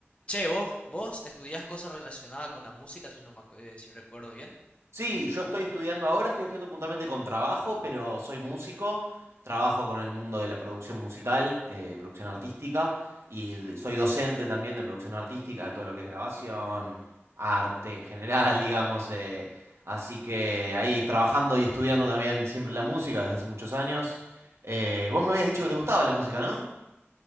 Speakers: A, on the left; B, on the right.
A: che, vos, vos estudiás cosas relacionadas con la música, si, no me acu- eh, si recuerdo bien.
B: Sí, yo estoy estudiando ahora, estoy estudiando puntualmente con trabajo, pero soy músico, trabajo con el mundo de la producción musical, eh, producción artística, y de- soy docente también de producción artística, de todo lo que es grabación, arte en general, <laughs> digamos. eh, así que ahí trabajando y estudiando también siempre la música desde hace muchos años. Eh, vos me habías dicho que te gustaba la música, ¿no?